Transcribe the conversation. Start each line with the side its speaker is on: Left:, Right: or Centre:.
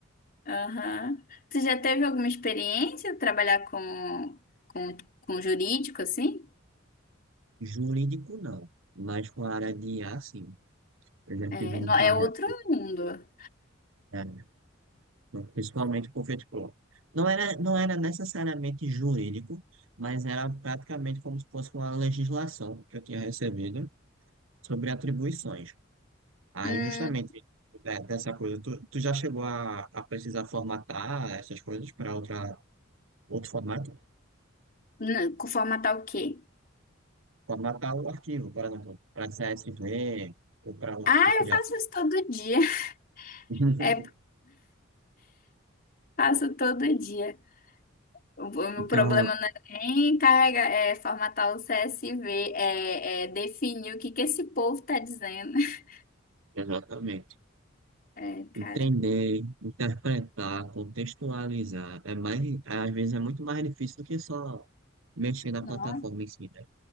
Left: Aham. Você já teve alguma experiência trabalhar com, com, com jurídico, assim?
Right: Jurídico não, mas com a área de IA, sim. Eu já
Left: É,
Right: tive um
Left: não,
Right: projeto,
Left: é outro mundo.
Right: é, principalmente porque, tipo, não era, não era necessariamente jurídico, mas era praticamente como se fosse uma legislação que eu tinha recebido sobre atribuições. Aí,
Left: Hum,
Right: justamente, de- dessa coisa, tu, tu já chegou a, a precisar formatar essas coisas para outra outro formato,
Left: não, com formatar o quê?
Right: formatar o arquivo, por exemplo, para CSV ou para outro
Left: Ah,
Right: tipo
Left: eu
Right: de
Left: faço
Right: arquivo.
Left: isso todo dia. <laughs>
Right: <laughs>
Left: É, faço todo dia. O, o meu
Right: Então,
Left: problema não é nem carregar, é formatar o CSV, é, é definir o que que esse povo tá dizendo. <laughs>
Right: exatamente.
Left: É,
Right: Entender,
Left: cara.
Right: interpretar, contextualizar, é mais, é, às vezes é muito mais difícil do que só mexer na
Left: Não.
Right: plataforma em si, né?